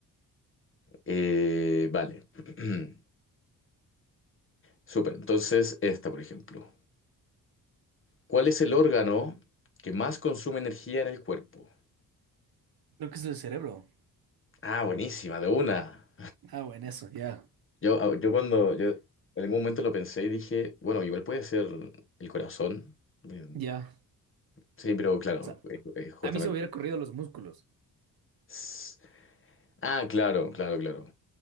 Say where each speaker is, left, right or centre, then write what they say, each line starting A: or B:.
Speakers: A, on the left; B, on the right.
A: Eh, vale. <clears throat> Súper. Entonces, esta, por ejemplo. ¿Cuál es el órgano que más consume energía en el cuerpo?
B: creo que es el cerebro.
A: Ah, buenísima, de una.
B: Ah, bueno, eso, ya.
A: Yo, ah, yo cuando, yo en algún momento lo pensé y dije, bueno, igual puede ser el corazón. Eh,
B: Ya.
A: Sí, pero claro,
B: O sea,
A: eh, eh, justamente.
B: a mí se me hubiera corrido los músculos,
A: S- Ah, claro, claro, claro.